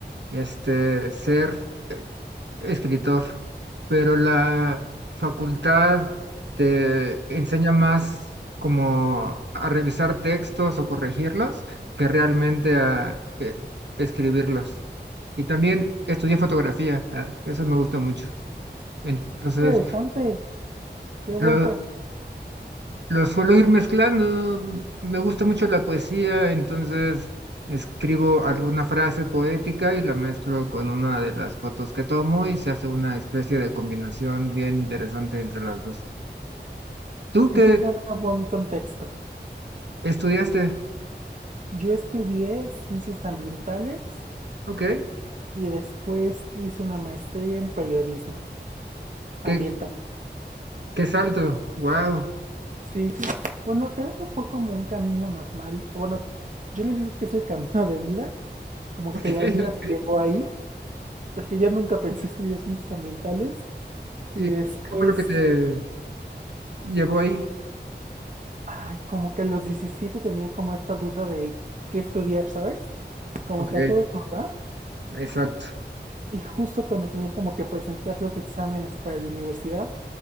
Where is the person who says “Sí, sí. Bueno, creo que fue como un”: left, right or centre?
Right